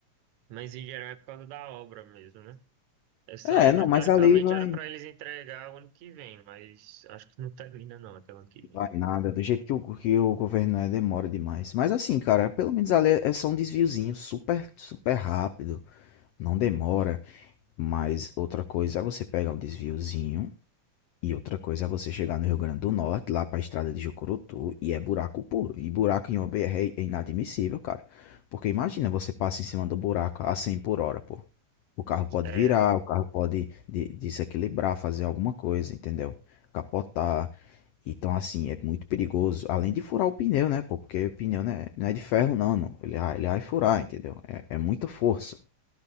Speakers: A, on the right; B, on the left.
A: mas em geral é por causa da obra mesmo, né? Essa
B: É,
A: obra,
B: não,
A: teoricamente,
B: mas ali vai.
A: era para eles entregar o ano que vem, mas acho que não termina não até o ano que vem.
B: Vai nada, do jeito que o, que o governo é, demora demais. Mas assim, cara, pelo menos ali é é só um desviozinho super, super rápido, não demora. Mas outra coisa é você pegar um desviozinho e outra coisa é você chegar no Rio Grande do Norte, lá pra estrada de Jucurutu, e é buraco puro. E buraco em uma BR é inadmissível, cara. Porque imagina, você passa em cima do buraco a 100 por hora, pô. O carro pode
A: É,
B: virar, o carro pode de- desequilibrar, fazer alguma coisa, entendeu? Capotar. Então, assim, é muito perigoso. Além de furar o pneu, né, pô? Porque o pneu né, não é de ferro, não, não. Ele, vai- ele vai furar, entendeu? É, é muita força.